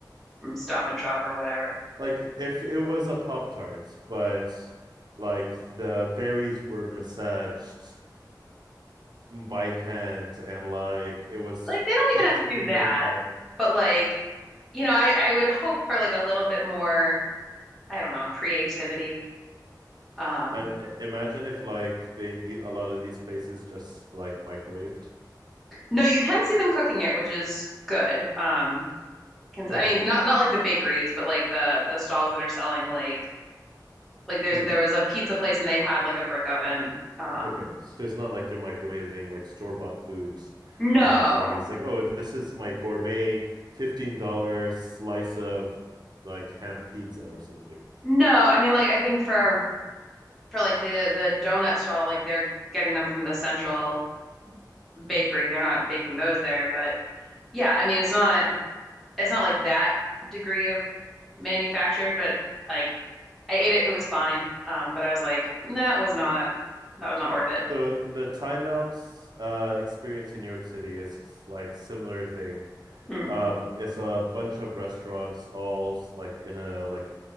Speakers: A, in the centre; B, on the right.
A: from Stop and Shop or whatever.
B: Like if it was a Pop Tart, but like the berries were massaged by hand and like it was
A: Like they don't
B: picked
A: even have to do
B: cream
A: that.
B: of the crop.
A: But like, you know, I I would hope for like a little bit more, I don't know, creativity. Um
B: I, I- imagine if like they the a lot of these places just like microwaved.
A: no, you can see them cooking it, which is good. Um Can,
B: Okay,
A: I mean, not not like the bakeries, but like the the stalls that are selling like like there's
B: food.
A: there was a pizza place and they had like a brick oven. Um,
B: Okay, so it's not like they're microwaving like store-bought foods
A: no,
B: and saying it's like, oh, this is my gourmet $15 slice of like ham pizza or something.
A: no, I mean like I think for for like the the donut stall, like they're getting them from the central bakery. They're not baking those there, but yeah, I mean it's not it's not like that degree of manufactured, but like I ate it, it was fine. Um, but I was like, that was not that was not worth it.
B: So the timeouts uh experience in New York City is like similar thing
A: Mm,
B: Um, it's a bunch of restaurants all s- like in a like